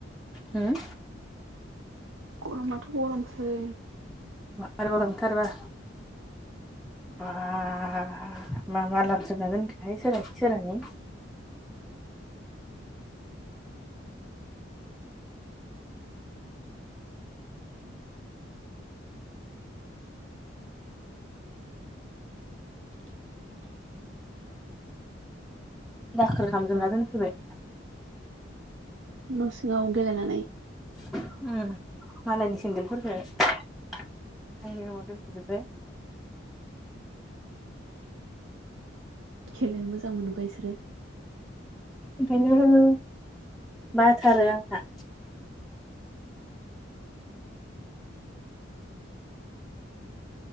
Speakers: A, in the centre; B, on the right (about 75°).
A: हो
B: गरमाथ' गरमसै
A: आरोबो नंथारबा बाह मा मा लाबजोबना दोनखोहाय सोर सोरानि
B: <inaudible>
A: दाखोर खालामामजोबना दोनफैबाय
B: न' सिङाव गेलेनानै
A: उम मालायनि सेन्देलफोरजों आंनि <unintelligible> दोनफैजोबाय।
B: <inaudible> खेललेनो मोजां मोनोबा बिसोरो
A: ओंखायनो होनो बाथारो आंहा